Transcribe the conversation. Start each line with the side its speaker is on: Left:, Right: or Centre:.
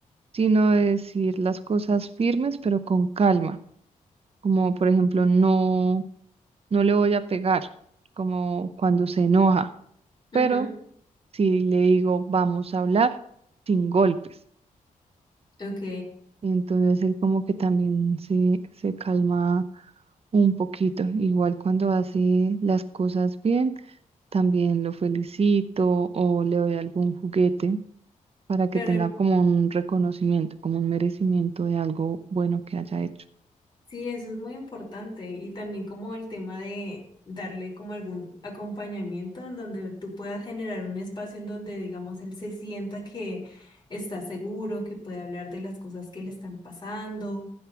Right: sino de decir las cosas firmes, pero con calma. Como por ejemplo, no, no le voy a pegar, como cuando se enoja.
Left: Ujú,
Right: Pero si le digo, vamos a hablar sin golpes,
Left: Ok.
Right: entonces él como que también se, se calma un poquito. Igual cuando hace las cosas bien, también lo felicito o le doy algún juguete para que
Left: Claro,
Right: tenga como un reconocimiento, como un merecimiento de algo bueno que haya hecho.
Left: Sí, eso es muy importante y también como el tema de darle como algún acompañamiento en donde tú puedas generar un espacio en donde, digamos, él se sienta que está seguro, que puede hablar de las cosas que le están pasando,